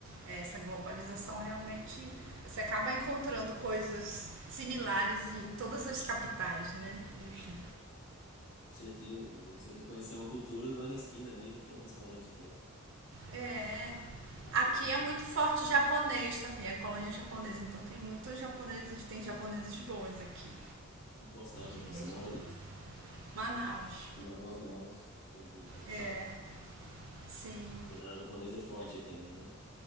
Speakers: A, on the right; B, on the left.
A: é, Essa globalização realmente você acaba encontrando coisas similares em todas as capitais, né? Enfim.
B: Certeza, mas aí você quer conhecer uma cultura, vai na esquina ali, já tem um restaurante pra isso.
A: É,
B: Já pode.
A: Aqui
B: sim.
A: é muito forte japonês também, a colônia japonesa. Então tem muitos japoneses, tem japoneses bons aqui.
B: Em qual cidade
A: De
B: que você
A: resto.
B: mora aí?
A: Manaus.
B: Manaus, Manaus.
A: É,
B: Tá.
A: sim,
B: Culinária japonesa é forte aí também, né?